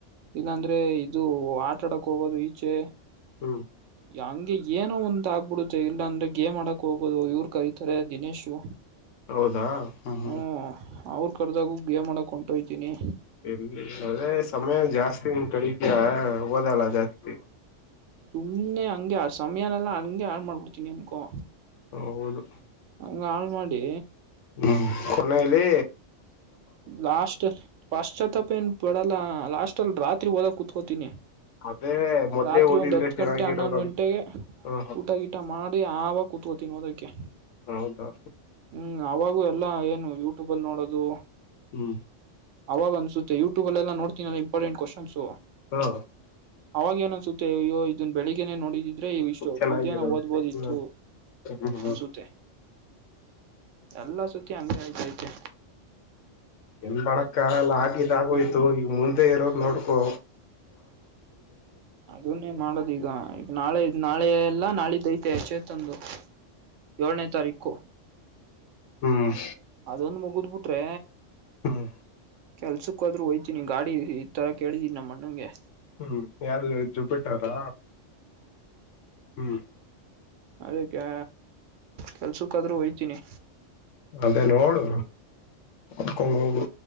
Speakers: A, on the right; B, on the left.
A: ಇಲ್ಲಾಂದ್ರೆ ಇದು ಆಟಾಡಕ್ ಹೋಗೋದು ಈಚೆ.
B: ಹ್ಮ್
A: ಹಂಗೆ ಏನೊ ಒಂದ ಆಗ್ಬಿಡುತ್ತೆ ಇಲ್ಲಾ ಅಂದ್ರೆ ಗೇಮಾಡಕ್ ಹೋಗೋದು ಇವ್ರು ಕರೀತಾರೆ ದಿನೇಶು.
B: ಹೌದಾ ಹ್ಮ್ ಹ್ಮ್
A: ಹ್ಮ ಅವ್ರ ಕರ್ದಾಗೂ ಗೇಮ್ ಆಡಕ್ ಹೊಂಟೋಯ್ತೀನಿ.
B: ಎಲ್ಲಿ ಅದೇ ಸಮಯ ಜಾಸ್ತಿ ನಿನ್ ಕಳಿತೀಯ ಓದಲ್ಲ ಜಾಸ್ತಿ.
A: ಸುಮ್ಮನೆ ಹಂಗೆ ಸಮಯಾನೆಲ್ಲಾ ಹಂಗ ಹಾಳ್ ಮಾಡ್ಬುಡ್ತೀನಿ ಅನ್ಕೋ.
B: ಹೌದು
A: ಹಂಗ ಹಾಳ್ ಮಾಡಿ
B: ಹ್ಮ್ ಕೊನೇಲಿ
A: ಲಾಸ್ಟ್ ಪಾಶ್ಚಾತ್ತಪ ಏನ್ ಪಡಲ್ಲ ಲಾಸ್ಟ್ ಲ್ ರಾತ್ರಿ ಓದಕ್ ಕುೂತ್ಕೋತೀನಿ.
B: ಅದೇ ಮೊದ್ಲೇ
A: ರಾತ್ರಿ
B: ಓದಿದ್ರೆ
A: ಒಂದ್ ಹತ್ತು
B: ಚೆನ್ನಾಗಿರೋದಂತ
A: ಗಂಟೆ ಹನ್ನೊಂದು ಗಂಟೆಗೆ
B: ಹ
A: ಊಟ ಗೀಟ ಮಾಡಿ ಆವಾಗ ಕೂತ್ಕೋತೀನಿ ಓದಕ್ಕೆ
B: ಹೌದಾ
A: ಹ್ಮ್ ಅವಾಗೂ ಎಲ್ಲ ಏನು ಯೂಟ್ಯೂಬಲ್ಲಿ ನೋಡೋದು
B: ಹ್ಮ್
A: ಅವಾಗ ಅನ್ಸುತ್ತೆ ಯೂಟ್ಯೂಬಲೆಲ್ಲ ನೋಡ್ತ ಇಂಪಾರ್ಟೆಂಟ್ ಕ್ವಶನ್ಸ್
B: ಹಾ
A: ಅವಾಗ ಏನ್ ಅನ್ಸುತ್ತೆ ಅಯ್ಯೋ ಇದನ್ ಬೆಳಿಗ್ಗೆನೆ ನೋಡಿದ್ದಿದ್ದು. ಇ ಇಷ್ಟು
B: ಚೆನ್ನಾಗಿರೋದು
A: ಮಧ್ಯಾಹ್ನ ಓದ್ಬೋದಿತ್ತು
B: ಹ್ಮ್ ಹ್ಮ್ ಹ್ಮ್
A: ಅನ್ಸುತ್ತೆ. ಎಲ್ಲಾ ಸತಿ ಹಂಗೆ ಆಯ್ತತೆ.
B: ಏನ್ ಮಾಡಕ್ಕಾಗಲ್ಲ ಆಗಿದ್ ಆಗೋಯ್ತು
A: ಹ್ಮ್
B: ಈಗ ಮುಂದೆ ಇರೋದ್ ನೋಡ್ಕೋ.
A: ಅದನ್ನೇ ಮಾಡೋದೀಗ ಈಗ ನಾಳೆ ನಾಳೆ ಎಲ್ಲ ನಾಳೆ ದೖತೆ ಚೇ ತಂದು ಏಳನೇ ತಾರೀಖು.
B: ಹ್ಮ್
A: ಅದೊಂದು ಮುಗುದ್ ಬಿಟ್ರೆ
B: ಹ್ಮ್
A: ಕೆಲ್ಸಕ್ಕಾದ್ರು ಹೋಯ್ತು ತ್ತೀನಿ ಗಾಡಿ ಈ ತರ ಕೇಳಿದಿನಿ ನಮ್ಮ್ಣಂಗೆ.
B: ಹ್ಮ್ ಯಾವ್ಗಾಡಿ ಜುಬಿಟ್ಟರ ಹ್ಮ್.
A: ಅದ್ಕೆ ಕೆಲ್ಸಕ್ಕಾದ್ರೂ ಹೊಯ್ತೀನಿ.
B: ಅದೇ ನೋಡು ಕುಕೊಂಡ್ ಹೋಗು.